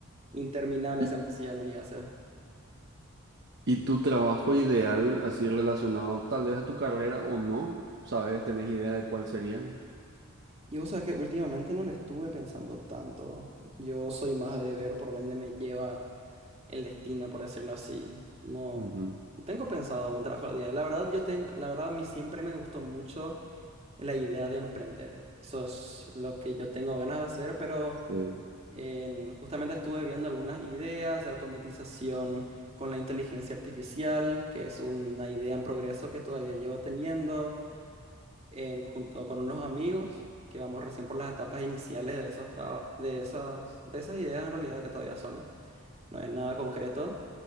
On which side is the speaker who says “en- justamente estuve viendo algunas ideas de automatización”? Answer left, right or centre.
Right